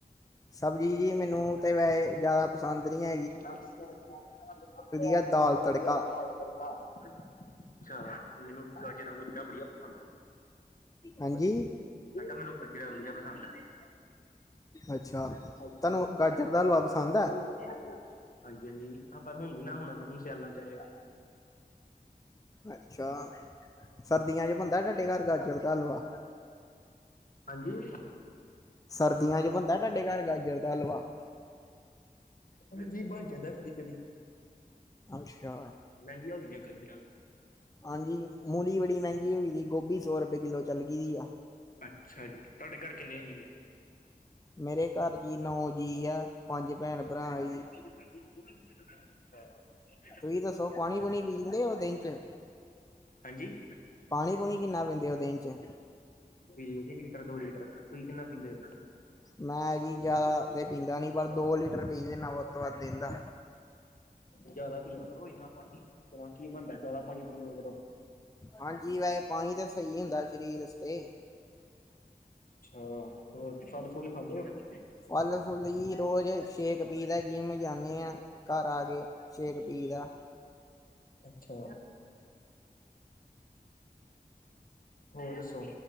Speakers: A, on the left; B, on the left.
A: ਸਬਜ਼ੀ, ਮੈਨੂੰ ਤੇ ਵੈਸ ਜ਼ਿਆਦਾ ਪਸੰਦ ਨਹੀਂ ਹੈ।
B: ਸਭ ਤੋਂ ਜ਼ਿਆਦਾ
A: ਹੈ ਦਾਲ
B: ਪਸੰਦ,
A: ਤੜਕਾ
B: ਲੱਗਦੀ ਐ ਦਾਲ ਤੜਕਾ ਅੱਛਾ, ਮੈਨੂੰ ਗਾਜਰਾਂ ਗੁਜਰਾਂ ਬੜੀਆਂ ਤਾਂ
A: ਹਾਂਜੀ
B: ਮੈਨੂੰ ਗਾਜਰਾਂ ਵਧੀਆ ਪਸੰਦ ਨੇ
A: ਅੱਛਾ ਤੁਹਾਨੂੰ
B: ਅੱਛਾ <unintelligible>
A: ਗਾਜਰ
B: <inaudible>
A: ਦਾ ਹਲਵਾ ਪਸੰਦ ਹੈ
B: ਹਾਂਜੀ-ਹਾਂਜੀ ਆਪਾ ਨੁੰ ਹੁਣ ਵੀ ਨਾ, ਆੳਣਾ ਹੁਣ ਸਿਆਲਾ ਚ ਆਏਗਾ
A: ਅੱਛਾ, ਸਰਦੀਆਂ ਚ ਬਣਦਾ ਤੁਹਾਡੇ ਘਰ ਗਾਜਰ ਦਾ ਹਲਵਾ
B: ਹਾਂਜੀ
A: ਸਰਦੀਆਂ ਚ ਬਣਦਾ, ਤੁਹਾਡੇ ਘਰ ਗਾਜਰ ਦਾ ਹਲਵਾ?
B: ਹਾਂਜੀ ਬਣ ਜਾਂਦਾ ਕਦੀ-ਕਦੀ
A: ਅੱਛਾ।
B: ਨਈ ਹੁੰਦੀਆਂ ਗਾਜਰਾ
A: ਹਾਂਜੀ, ਮੂਲੀ ਬੜੀ ਮਹਿੰਗੀ ਹੋ ਗਈ ਜੀ, ਗੋਭੀ ਸੌ ਰੁਪਏ ਕਿੱਲੋ ਚੱਲ ਗਈ ਆ
B: ਅੱਛਾ ਜੀ, ਤੁਹਾਡੇ ਘਰ ਕਿੰਨੇ, ਆ ਜੀ ਏ?
A: ਮੇਰੇ ਘਰ ਜੀ, ਨੌ ਜੀ ਆ, ਪੰਜ ਭੈਣ ਭਰਾ ਏ
B: <inaudible> <inaudible>
A: ਤੁਸੀਂ ਦੱਸੋ, ਪਾਣੀ- ਪੂਣੀ ਪੀਂਦੇ ਹੋ ਦਿਨ ਚ?
B: ਹਾਂਜੀ
A: ਪਾਣੀ -ਪੂਣੀ ਕਿੰਨਾ ਪੀਂਦੇ ਹੋ, ਦਿਨ ਚ
B: ਲੀਟਰ-ਦੋ ਲੀਟਰ ਤੁਸੀਂ ਕਿੰਨਾ ਪੀਂਦੇ ਹੋ?
A: ਮੈਂ ਜੀ ਜਿਆਦਾ ਤੇ ਪੀਂਦਾ ਨਈ, ਪਰ ਦੋ ਲੀਟਰ ਪੀ ਲੈਦਾ ਵੱਧ ਤੋਂ ਵੱਧ ਦਿਨ ਦਾ
B: ਜਿਆਦਾ ਪਿਆ ਕਰੋ, ਇੰਨਾ ਪਾਣੀ ਕੀ ਬਣਦਾ, ਜਿਆਦਾ ਪਾਣੀ ਪੀਓ ਕਰੋ
A: ਹਾਂਜੀ, ਵੈਸ ਪਾਣੀ ਤਾਂ ਸਹੀ ਹੁੰਦਾ ਸ਼ਰੀਰ ਆਸਤੇ
B: ਅੱਛਾ, ਹੋਰ ਫਲ -ਫੁੱਲ ਖਾਂਦੇ ਔ ਜੀ
A: ਫਲ ਫੁੱਲ ਜੀ ਰੋਜ਼ ਸ਼ੇਕ ਪੀਦੇ, ਜਿੰਮ ਜਾਂਨੇ ਆ ਘਰ ਫੇਰ, ਸ਼ੇਕ ਪੀ ਦਾ
B: ਅੱਛਾ, ਹੋਰ ਦੱਸੋ?